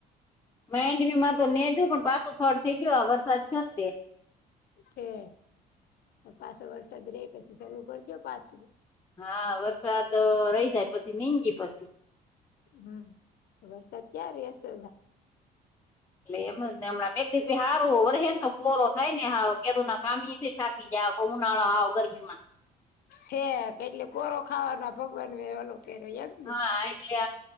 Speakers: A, on the left; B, on the left.
A: માંડવીમાં તો નેધું પણ પાછું ફળ થઈ ગયયો આ વરસાદ થયો ને તે.
B: છે પાછો વરસાદ રે પછી ચાલુ કરજો પાછું.
A: હા વરસાદ રહી જાય પછી નેગી પછી.
B: હમ વરસાદ ક્યા રે છે.
A: એટલે એમ ને હમણાં બે ભી સારું વર્હેને તો પરો થાય ને હારો કેદુ ના કામ. બીજા ઉનાળો આવ ગરમીમાં
B: કે એટલે પોરો ખાવાના ભગવાન એલો કર્યો એમ.
A: હા
B: ને.
A: એટલે